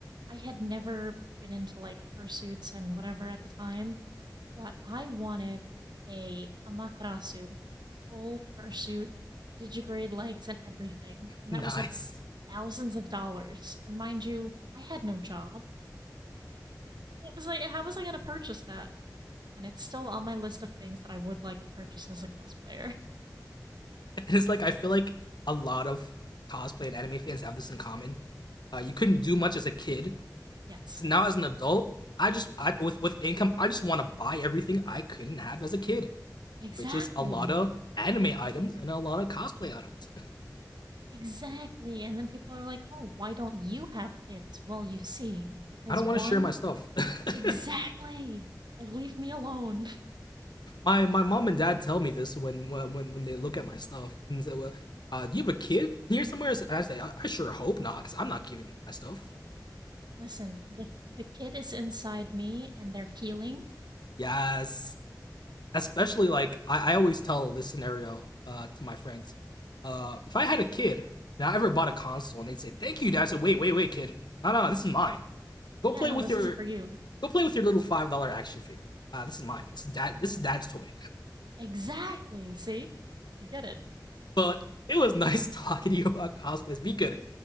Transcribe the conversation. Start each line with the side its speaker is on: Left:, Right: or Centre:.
Right: I had never been into like fursuits and whatever at the time, but I wanted a amaterasu, full fursuit, digigrade legs and everything. And
Left: Nice,
Right: that was like thousands of dollars. And mind you, I had no job. What was I how was I gonna purchase that? And it's still on my list of things that I would like to purchase as a cosplayer. <laughs>
Left: and it's like I feel like a lot of cosplay and anime fans have this in common. Uh, you couldn't do much as a kid,
Right: Yes.
Left: so now as an adult, I just I, with with income, I just want to buy everything I couldn't have as a kid,
Right: Exactly.
Left: which is a lot of anime items and a lot of cosplay items. <laughs>
Right: Exactly. And then people are like, oh, why don't you have kids? Well, you see, because
Left: I don't
Right: one,
Left: want to share my stuff. <laughs>
Right: exactly. Like, leave me alone.
Left: my my mom and dad tell me this when when when, they look at my stuff and say, well, uh, "Do you have a kid here somewhere?" And I say, "I, I sure hope not, because I'm not giving him my stuff."
Right: <laughs> Listen, the, the kid is inside me and they're healing.
Left: Yes, especially like I, I always tell this scenario uh, to my friends. Uh, if I had a kid and I ever bought a console and they'd say, "Thank you," dad, I said, "Wait, wait, wait, kid, no, no, no, this is mine. Go
Right: Yeah,
Left: play
Right: no,
Left: with
Right: this
Left: your
Right: isn't for you.
Left: go play with your little five dollar action figure. Uh, this is mine. This is dad. This is dad's toy."
Right: Exactly. See? You get it.
Left: But it was <laughs> nice talking to you about cosplays. We could